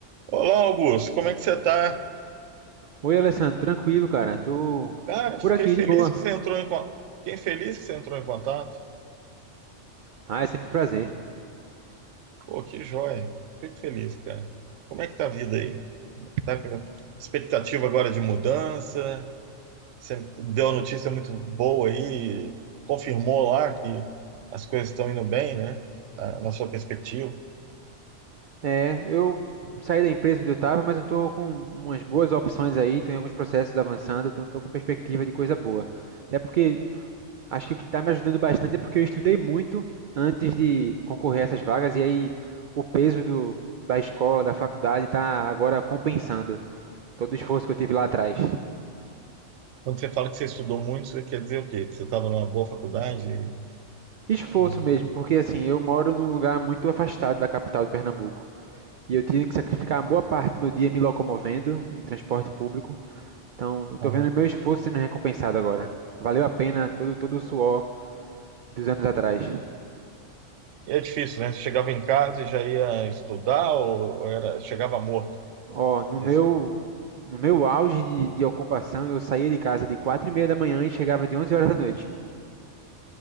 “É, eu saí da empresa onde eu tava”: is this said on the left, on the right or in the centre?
Right